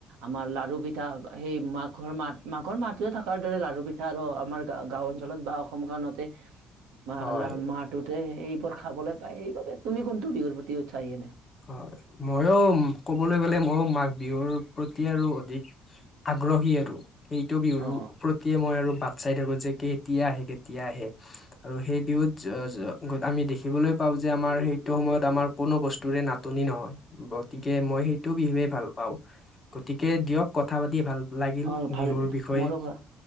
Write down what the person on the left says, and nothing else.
হয়
হয় ময়ো ক'বলৈ গ'লে, ময়ো মাঘ বিহুৰ প্ৰতি আৰু অধিক আগ্ৰহী আৰু। সেইটো বিহুৰ
প্ৰতিয়ে মই আৰু বাট চাই থাকো যে কেতিয়া আহে কেতিয়া আহে, আৰু সেই বিহুত আমি দেখিবলৈ পাওঁ যে আমাৰ সেইটো সময়ত আমাৰ কোনো বস্তু নাটনি নহয়। গতিকে মই সেইটো বিহুৱে ভাল গতিকে দিয়ক কথা পাতি ভাল লাগিল
বিহুৰ বিষয়ে।